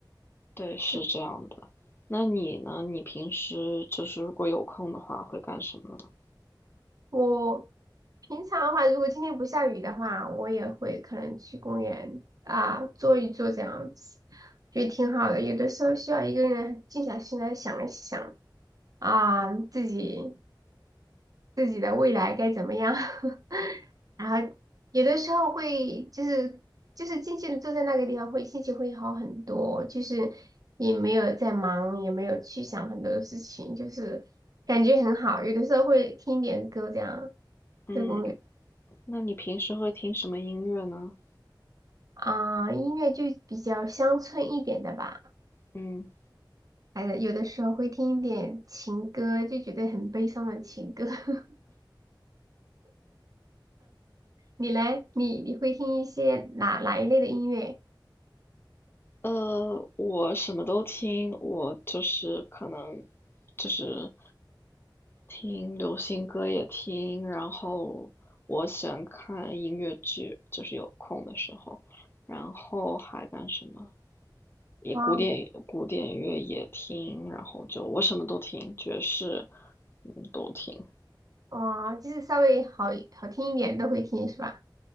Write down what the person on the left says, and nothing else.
对，是这样的。
那你呢？你平时就是如果有空的话，会干什么呢？
嗯，
那你平时会听什么音乐呢？
嗯，
呃，我什么都听，我就是可能就是听流行歌也听，然后我喜欢看音乐剧，就是有空的时候，然后还干什么？也古典古典乐也听，
然后就我什么都听，爵士，嗯，都听。